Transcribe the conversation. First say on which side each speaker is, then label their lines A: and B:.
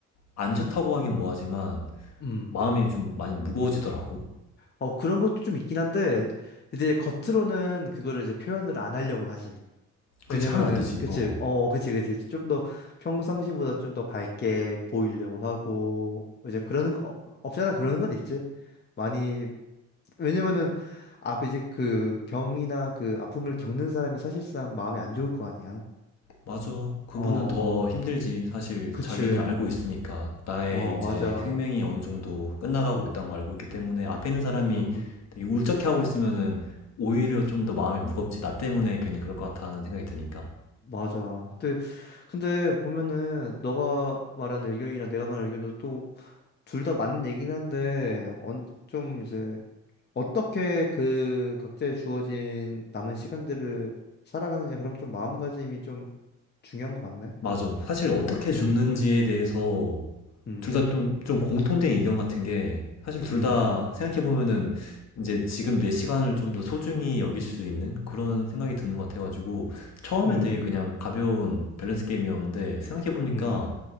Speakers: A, on the left; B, on the left.
A: 안 좋다고 하긴 뭐하지만
B: 음.
A: 마음이 좀 많이 무거워지더라고.
B: 어, 그런 것도 좀 있긴 한데, 이제 겉으로는 그거를 이제 표현을 안 하려고는 하지.
A: 그치
B: 왜냐면은,
A: 하면 안 되지.
B: 그치,
A: 어어.
B: 어, 그치, 그치. 좀 더 평상시보다 좀 더 밝게 보이려고 하고, 이제 그러는 거, 어, 없잖아, 그러는 건 있지. 많이, 왜냐면은, 앞 이제 그 병이나 그 아픔을 겪는 사람이 사실상 마음이 안 좋을 거 아니야.
A: 맞아. 그분은
B: 어,
A: 더 힘들지. 사실
B: 그치.
A: 자기는 알고 있으니까 나의
B: 어,
A: 이제
B: 맞아.
A: 생명이 어느 정도 끝나가고 있다는 걸 알고 있기 때문에 앞에 있는 사람이
B: 음, 음,
A: 되게 울적해 하고 있으면은 오히려 좀 더 마음이 무겁지. 나 때문에 괜히 그럴 것 같아 하는 생각이 드니까.
B: 맞아. 근데 근데 보면은 너가 말한 의견이나 내가 말한 의견도 또 둘 다 맞는 얘기긴 한데 언- 좀 이제 어떻게 그 각자의 주어진 남은 시간들을 살아가느냐 그럼 좀 마음가짐이 좀 중요한 것 같네.
A: 맞아. 사실 어떻게 죽는지에
B: 음, 흠.
A: 대해서
B: 음,
A: 둘 다 좀, 좀 공통된 의견 같은 게 사실 둘
B: 음,
A: 다 생각해보면은 이제 지금 내 시간을 좀 더 소중히 여길 수 있는 그런 생각이 드는 것 같아가지고 처음엔
B: 음,
A: 되게 그냥 가벼운 밸런스 게임이었는데 생각해보니까
B: 음,